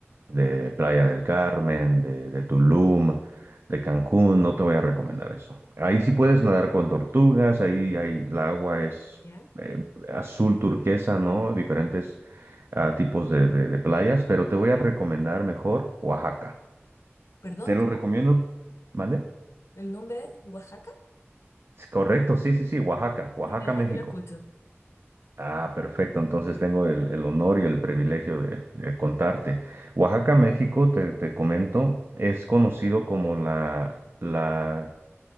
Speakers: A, on the right; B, on the left.
A: de Playa del Carmen, de, de Tulum, de Cancún, no te voy a recomendar eso. Ahí sí puedes nadar con tortugas, ahí, ahí la agua es
B: ¿Ya?
A: eh, azul turquesa, ¿no? Diferentes ah, tipos de, de de playas, pero
B: Ujú.
A: te voy a recomendar mejor Oaxaca.
B: Perdón,
A: Te lo
B: ¿cómo?
A: recomiendo. ¿Mande?
B: ¿El nombre? ¿Oaxaca?
A: Sí, Correcto, sí, sí, sí, Oaxaca, Oaxaca,
B: Primera
A: México.
B: vez que lo escucho.
A: Ah, perfecto, entonces tengo el, el honor y el privilegio de, de contarte. Oaxaca, México, te, te comento, es conocido como la, la,